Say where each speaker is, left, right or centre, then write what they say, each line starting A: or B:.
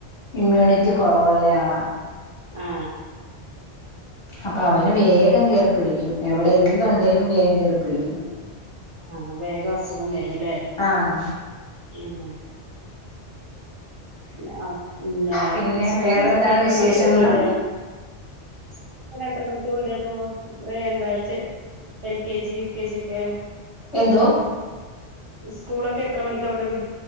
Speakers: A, on the left (about 30°); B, on the right (about 55°).
A: ഇമ്മ്യൂണിറ്റി കുറവുള്ള ആള
B: ആ
A: അപ്പൊ അവന് വേഗം കയറിപ്പിടിക്കും എവിടെ എന്തുണ്ടെലും വേഗം കേറി പിടിക്കും
B: ആ വേഗം അസുഖം വരുല്ലേ
A: ആഹ്
B: ഉം ന പിന്നെ
A: പിന്നെ
B: സ്കൂളൊക്കെ
A: വേറെന്താണ്
B: അപ്പൊ എത്ര
A: വിശേഷങ്ങള്
B: മണിക്ക വീട സ് എത്ര മണിക്ക വിടുകപ്പോ ഒരു എന്താച്ച L K G U K G ക്കെ
A: എന്തോ
B: സ്കൂളൊക്കെ എത്ര മണിക്ക അവിടെ വി